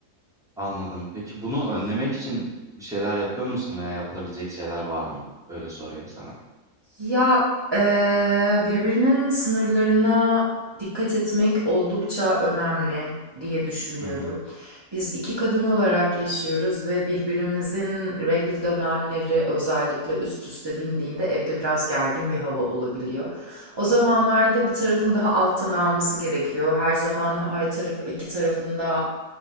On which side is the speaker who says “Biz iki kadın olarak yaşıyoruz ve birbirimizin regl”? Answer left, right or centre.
Right